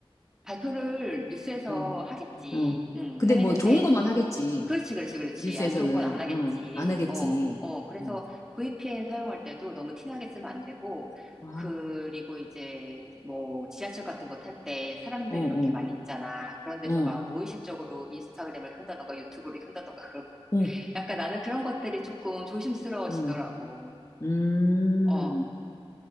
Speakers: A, in the centre; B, on the left.
A: 발표를 뉴스에서
B: 응,
A: 하겠지.
B: 응.
A: 응,
B: 근데
A: 하겠는데,
B: 뭐 좋은 것만 하겠지.
A: 그렇지, 그렇지, 그렇지.
B: 뉴스에서는,
A: 안 좋은 건 안 하겠지.
B: 응, 안 하겠지.
A: 어, 어. 그래서
B: 응.
A: VPN 사용할 때도 너무 티나게 쓰면 안 되고,
B: 와,
A: 그리고 이제 뭐 지하철 같은 거 탈 때 사람들
B: 어, 어,
A: 이렇게
B: 어,
A: 많이 있잖아. 그런 데서
B: 응,
A: 막 무의식적으로 인스타그램을 켠다던가 유튜브를 켠다던가 <laughs> 그런
B: 어,
A: 약간 나는 그런 것들이 조금 조심스러워지더라고.
B: 응, 음.
A: 어.